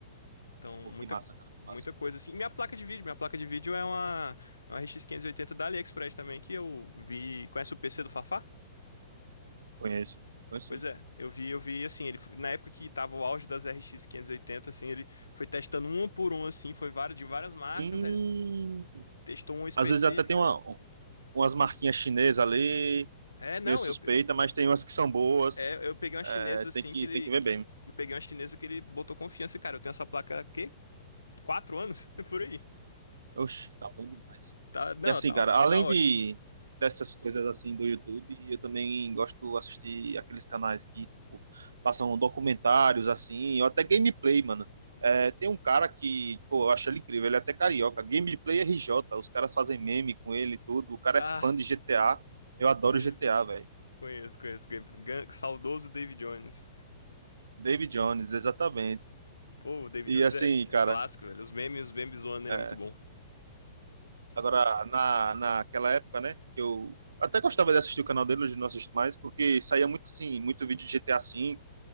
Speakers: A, on the left (about 90°); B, on the right (about 70°).
A: Então,
B: Pô,
A: muita,
B: que massa,
A: co-
B: cara, que
A: muita
B: massa.
A: coisa, assim. E minha placa de vídeo, minha placa de vídeo é uma, é uma RX 580 da AliExpress também, que eu vi. Conhece o PC do Fafá?
B: Conheço, conheço
A: Pois
B: sim.
A: é, eu vi, eu vi assim, ele na época que tava o auge das RX 580, assim, ele foi testando um por um assim, foi vários de várias marcas,
B: Sim.
A: ele testou uma específica.
B: Às vezes até tem uma, umas marquinhas chinesas ali,
A: É, não,
B: meio suspeita,
A: eu,
B: mas tem umas que são boas.
A: é, eu peguei uma
B: É,
A: chinesa
B: tem
A: assim
B: que,
A: que ele.
B: tem que ver bem.
A: Eu peguei uma chinesa que ele botou confiança, e, cara. Eu tenho essa placa há quê? Quatro anos? <laughs> Por aí.
B: Oxe, tá bom demais.
A: Tá, não,
B: E assim,
A: tá,
B: cara,
A: ó-
B: além
A: tá ótimo.
B: de dessas coisas assim do YouTube, eu também gosto de assistir aqueles canais que tipo, passam documentários assim, ou até gameplay, mano. É, tem um cara que, pô, eu acho ele incrível, ele é até carioca, Gameplay RJ, os caras fazem meme com ele e tudo, o cara
A: Ah,
B: é fã de GTA, eu adoro
A: conheço.
B: GTA, velho.
A: Conheço, conheço. Gan- Gan- Saudoso David Jones.
B: David Jones, exatamente.
A: Pô, o David
B: E
A: Jones
B: assim,
A: é, é
B: cara,
A: clássico, velho. Os memes, os memes zoando ele
B: é,
A: é muito bom.
B: Agora, na, naquela época, né, eu até gostava de assistir o canal dele, hoje não assisto mais, porque saía muito, sim, muito vídeo de GTA V,